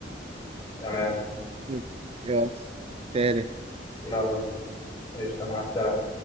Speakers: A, on the left; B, on the right.
A: تمام
B: مم. يا تالت
A: يلا قشطة مع السلامة